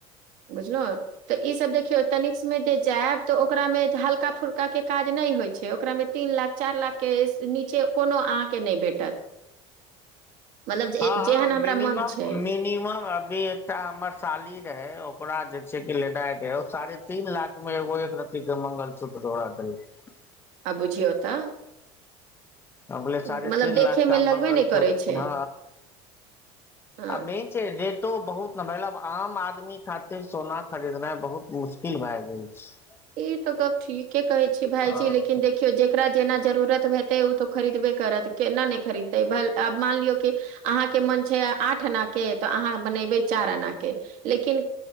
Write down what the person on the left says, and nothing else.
हां
मिनिमम
मिनिमम - अभी एकटा हमर साली रहै, ओकरा जे छै कि लेनाइके ओ साढ़े तीन लाख मे एगो एक रथी के मंगलसूत्र दड़ा देलक-
अगले
साढ़े तीन
लाख क
मङंगलसूत्र
हँ।
आ मेन छै। रेटो बहुत न मतलब आम आदमी खातिर सोना खरीदनाइ बहुत मुश्किल भए गेल छै।
हँ